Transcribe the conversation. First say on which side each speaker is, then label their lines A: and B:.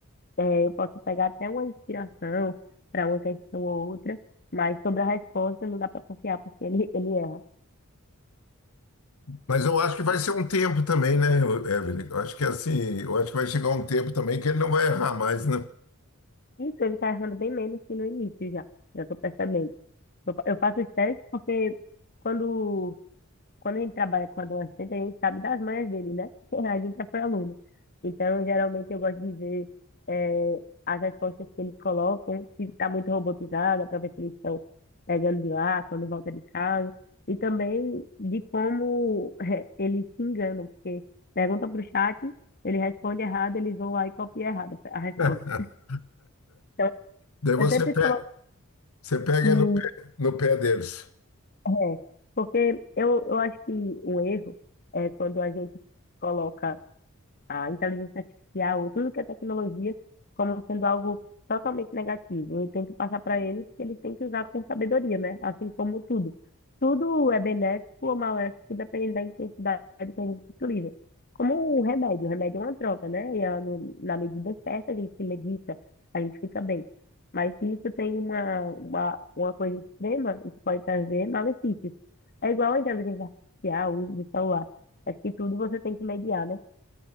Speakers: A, on the left; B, on the left.
A: eh, eu posso pegar até uma inspiração para uma questão ou outra, mas sobre a resposta não dá para confiar, porque ele, ele erra.
B: Mas eu acho que vai ser um tempo também, né, Evelyn? Eu acho que assim, eu acho que vai chegar um tempo também que ele não vai errar mais, né?
A: Isso, ele está errando bem menos que no início já. Já estou percebendo. Eu, fa- eu faço os testes porque quando, quando a gente trabalha com adolescente, a gente sabe das manhas dele, né? <laughs> A gente já foi aluno. Então, geralmente, eu gosto de ver eh, as respostas que eles colocam, se está muito robotizada, para ver se eles estão pegando de lá, quando volta de casa. E também de como eh, eles se enganam, porque pergunta para o chat, ele responde errado, eles vão lá e copiam errado a resposta.
B: <laughs>
A: Então,
B: Daí você
A: eu sempre
B: pe-
A: coloco.
B: você pega
A: que
B: no pé, no pé deles.
A: É, porque eu, eu acho que um erro é quando a gente coloca a inteligência artificial, tudo que é tecnologia, como sendo algo totalmente negativo. Eu tento passar para eles que eles têm que usar com sabedoria, né? Assim como tudo. Tudo é benéfico ou maléfico, dependendo da intensidade que a gente utiliza. Como o remédio, o remédio é uma droga, né? E ela, no- na medida certa, a gente se medica, a gente fica bem. Mas se isso tem uma, uma, uma coisa extrema, isso pode trazer malefícios. É igual a inteligência artificial, o uso de celular. Acho que tudo você tem que mediar, né?